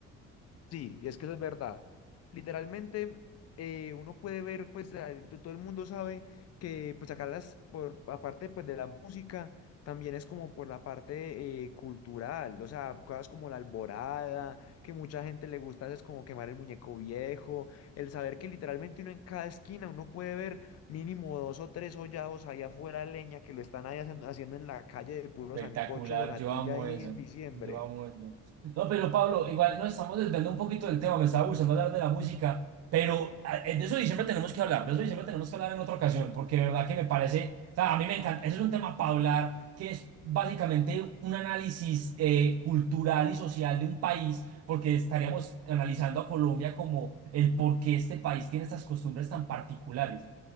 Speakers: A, on the left (about 55°); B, on the right (about 55°).
A: Sí, es que eso es verdad. Literalmente, eh, uno puede ver, pues, eh, to- todo el mundo sabe que, pues, acá las, por, aparte, pues, de la música, también es como por la parte eh, cultural, o sea, cosas como la alborada, que mucha gente le gusta, es como quemar el muñeco viejo, el saber que literalmente uno en cada esquina, uno puede ver mínimo dos o tres hollados allá afuera, leña, que lo están ahí haciendo, haciendo en la calle de puro
B: Espectacular,
A: sancocho o natilla
B: yo amo
A: ahí
B: eso.
A: en diciembre.
B: Yo amo eso. No, pero Pablo, igual nos estamos desviando un poquito del tema, me estaba gustando hablar de la música, pero ah, eh, de eso diciembre tenemos que hablar, de eso diciembre tenemos que hablar en otra ocasión, porque de verdad que me parece, o sea, a mí me encanta, ese es un tema para hablar, que es básicamente un análisis eh, cultural y social de un país, porque estaríamos analizando a Colombia como el por qué este país tiene estas costumbres tan particulares.